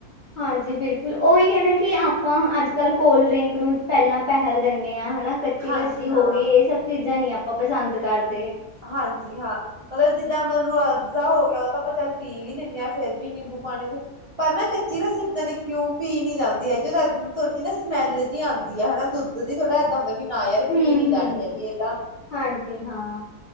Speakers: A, on the left; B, on the right.
A: ਹਾਂਜੀ, ਬਿਲਕੁਲ ਉਹੀ ਐ ਨਾ ਕਿ ਆਪਾਂ ਅੱਜ-ਕੱਲ੍ਹ ਕੋਲਡ ਡਰਿੰਕ ਨੂੰ ਪਹਿਲਾਂ ਪਹਿਲ ਦਿੰਣੇ। ਹਨਾਂ ਕੱਚੀ
B: ਹਾਂਜੀ
A: ਲੱਸੀ ਹੋ
B: ਹਾਂ।
A: ਗਈ ਇਹ ਸਭ ਚੀਜ਼ਾਂ ਨੀਂ ਆਪ ਆਪਾਂ ਪਸੰਦ ਕਰਦੇ।
B: ਹਾਂਜੀ ਹਾਂ, ਮਤਲਬ ਜਿੱਦਾਂ ਰੂਹਅਬਜਾ ਹੋ ਗਿਆ ਉਹ ਤਾਂ ਆਪਾਂ ਚੱਲ ਪੀ ਵੀ ਲੈਂਣੇ ਆਂ। ਫੇਰ ਵੀ ਨਿੰਬੂ ਪਾਣੀ ਪਰ ਨਾ ਕੱਚੀ ਲੱਸੀ ਪਤਾ ਨੀਂ ਕਿਉਂ ਪੀ ਨਹੀਂ ਜਾਂਦੀ ਜਦੋਂ ਇਦਾਂ ਥੋੜ੍ਹੀ ਜਿਹੀ ਨਾ ਸਮੈਲ ਜਿਹੀ ਆਂਦੀ ਆ ਹਨਾਂ ਦੁੱਧ ਦੀ ਥੋੜ੍ਹਾ ਏਦਾਂ ਹੁੰਦਾ ਵੀ ਨਾ ਯਾਰ
A: ਹੂੰ
B: ਪੀ ਨੀ
A: ਹੂੰ
B: ਜਾਣੀ ਹੈਗੀ ਇਹ ਤਾਂ।
A: ਹਾਂਜੀ ਹਾਂ